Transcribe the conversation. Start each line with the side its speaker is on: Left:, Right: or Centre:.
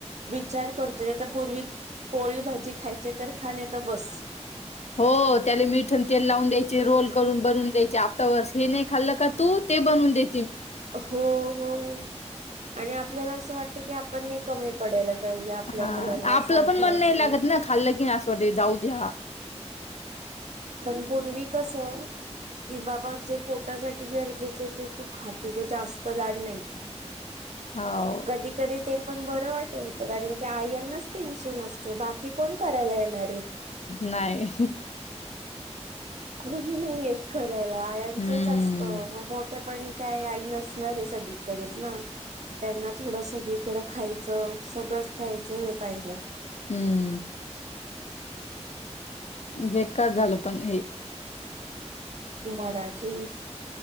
Right: विचार करतोय तर पूर्वी पोळी भाजी खायची, तर खा, नाहीतर बस.
Left: हो, त्याला मीठं तेल लावून द्यायचे, रोल करून बनवून द्यायचे, आता वर् हे नाही खाल्लं का तू? ते बनून दे.
Right: हो-हो, आणि आपल्याला असं वाटत की आपण एक कमी पडायला पाहिजे आपल्या
Left: हां,
Right: मुलांना
Left: आपलं
Right: सांभाळयचं.
Left: पण मन नाही लागत ना खाल्लं की असं वाटे, जाऊ द्या.
Right: पण पूर्वी कसं कि बाबा, जे पोटासाठी गरजेचे ते तू खा. तुझे जास्त लाड नाही. <inaudible>
Left: हाव.
Right: कधी-कधी ते पण बरं वाटत होतं, कारण की आईंनाचं टेन्शन असतं. बाकी कोण करायला येणार आहेत?
Left: नाही.
Right: कोणी नाही येत करायला, आयाचंच
Left: हम्म.
Right: असत म मोठ पण काय, आई नसणार आहे सगळीकडेच ना? त्यांना थोडं सगळीकडे खायचं. सगळंच खायचं हे पाहिजे.
Left: हम्म. बेकार झालं पण हे.
Right: मराठी.